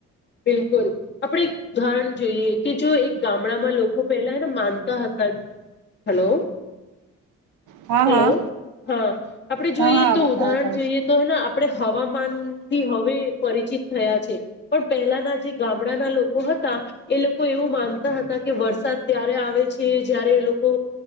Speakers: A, on the left; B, on the right.
A: બિલકુલ, આપણે એક ઉદાહરણ જોઈએ કે જો એક ગામડામાં લોકો પેલાને માનતા હતા. હલો
B: હા,
A: હલો
B: હા.
A: હા, આપણે જોઈએ
B: હા હા
A: તો
B: અવાજ
A: ઉદાહરણ
B: આવે છે
A: જોઈએ તો, હેને આપણે હવામાન થી હવે પરિચિત થયા છે, પણ પહેલાના જે ગામડાના લોકો હતા, એ લોકો એવું માનતા હતા કે વરસાદ ક્યારે આવે છે. જયારે એ લોકો